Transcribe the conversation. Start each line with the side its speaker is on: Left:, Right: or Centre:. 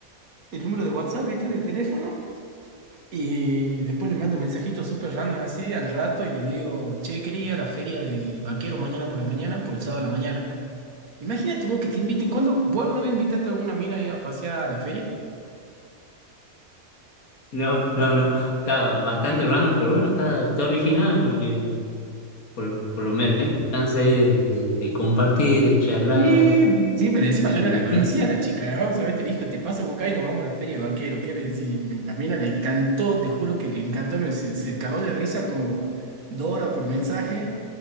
Right: el número de WhatsApp, viste, de teléfono. Y después le mando un mensajito súper random así al rato y le digo, che, quería ir a la feria de vaquero mañana por la mañana, por el sábado a la mañana. Imagínate vos que te inviten, ¿cuándo? ¿Vos alguna vez invitaste a alguna mina ahí a pasear a la feria?
Left: No, no, no. Está bastante random, pero bueno, está, está original porque por, por lo menos te chance ahí de, de, de compartir, de charlar
Right: Sí, sí, pero encima
Left: y...
Right: yo no la conocía
Left: sí,
Right: la chica, ¿no? Solamente le dijo, te paso a buscar y nos vamos a la feria de vaquero. ¿Qué me decís? Me- La mina le encantó, te juro que le encantó, me, se, se cagó de risa como Dora por mensaje.